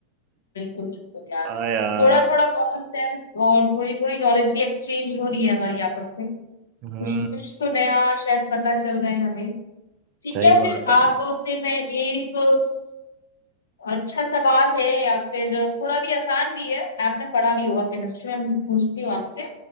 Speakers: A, on the left (about 65°); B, on the right (about 40°).
A: बिल्कुल बिल्कुल यार
B: आ यार
A: थोड़ा थोड़ा कॉमन सेंस और थोड़ी थोड़ी नॉलेज भी एक्सचेंज हो रही है हमारी आपस में कुछ
B: हम्म
A: कुछ तो नया शायद पता चल रहा है हमें ठीक
B: सही
A: है
B: बात
A: फिर आप
B: है
A: से मैं एक अच्छा सवाल है या फिर थोड़ा भी आसान भी है आपने पढ़ा भी होगा केमिस्ट्री में मैं पूछती हूँ आपसे